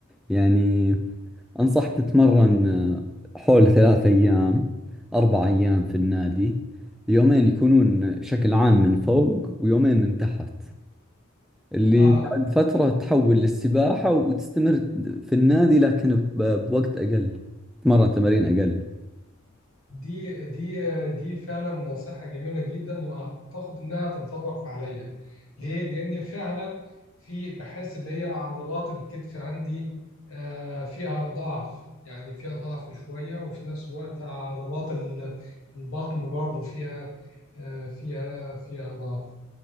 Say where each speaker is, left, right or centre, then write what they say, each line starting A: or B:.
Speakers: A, in the centre; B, on the left.
A: يعني أنصح تتمرن آه، حول ثلاث أيام أربع أيام في النادي يومين يكونون شكل عام من فوق ويومين من تحت اللي
B: اه
A: بعد فترة تحول للسباحة وتستمر في النادي لكن ب- بوقت أقل تتمرن تمارين أقل
B: دي دي دي فعلا نصيحة جميلة جدا وأعتقد إنها تنطبق عليا ليه؟ لأن فعلا في بحس اللي هي عضلات الكتف عندي آه، فيها ضعف يعني فيها ضعف شوية وفي نفس الوقت عضلات ال- البطن برضو فيها آه، فيها فيها ضعف